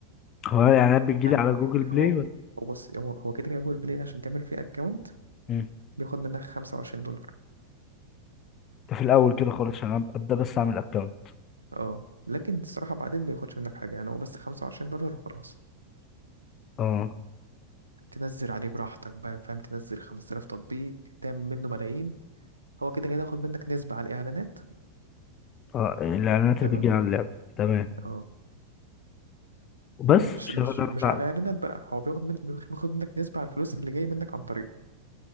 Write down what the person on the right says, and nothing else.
يعني
هو هو بص هو هو كده كده جوجل بلاي عشان تعمل فيه أكونت
بياخد منك 25 دولار
اه لكن الصراحة بعدين بياخدش منك حاجة يعني هو بس 25 دولار وخلاص
تنزل عليه براحتك بقى فاهم تنزل 5000 تطبيق تعمل منه ملايين هو كده كده هياخد منك نسبة على الإعلانات
تمام
اه
مش
مش
مش
على الإعلانات بقى هو بياخد من بياخد منك نسبة على الفلوس اللي جاية منك عن طريقه